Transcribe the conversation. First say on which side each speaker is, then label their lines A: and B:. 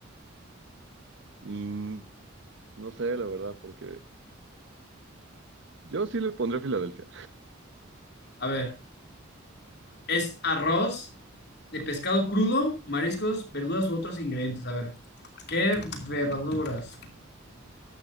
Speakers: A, on the right; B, on the left.
A: Mm, no sé, la verdad, porque yo sí le pondré Filadelfia.
B: A ver, es arroz de pescado crudo, mariscos, verduras u otros ingredientes. A ver, ¿qué verduras?